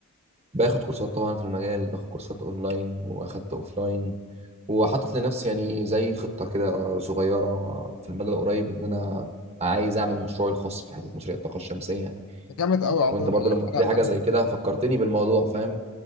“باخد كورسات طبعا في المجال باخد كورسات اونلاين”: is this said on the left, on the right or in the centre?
Right